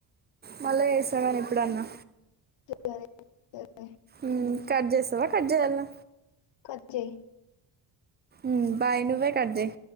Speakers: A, on the right; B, on the left.
A: మళ్ళా చేస్తా కానీ ఎప్పుడన్నా
B: సరే సరే
A: ఉమ్ కట్ చేస్తావా కట్ చేయాలా
B: కట్ చెయ్
A: ఉమ్ బాయ్ నువ్వే కట్ చెయ్